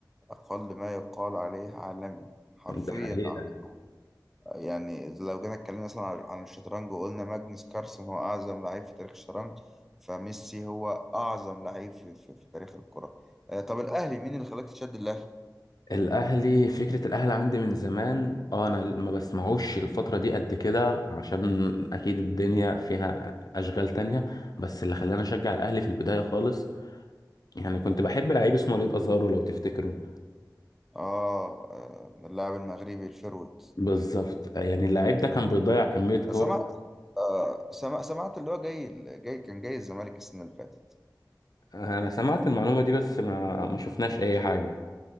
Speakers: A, in the centre; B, on the left (about 60°).
A: اقل ما يقال عليه عالمي حرفيا
B: ده حقيقه
A: عالمي يعني لو جينا اتكلمنا مثلا عن عن الشطرنج وقلنا ماجنس كارلسن هو أعظم لعيب في تاريخ الشطرنج فميسي هو أعظم لعيب في, في, في تاريخ الكرة آه، طب الأهلي مين اللي خلاك تشد الأهلي؟
B: الاهلي فكره الاهلي عندي من زمان اه انا ما بسمعوش الفتره دي قد كده عشان اكيد الدنيا فيها اشغال تانية بس اللي خلاني اشجع الاهلي في البدايه خالص يعني كنت بحب لعيب اسمه وليد ازارو لو تفتكره
A: آه آه، اللاعب المغربي الفيرويد
B: بالظبط يعني اللعيب ده كان بيضيع كمية كور
A: أنا سمعت آه سمع- سمعت اللي هو جاي جاي كان جاي الزمالك السنة اللي فاتت
B: انا سمعت المعلومة دي بس ما ما شفناش اي حاجة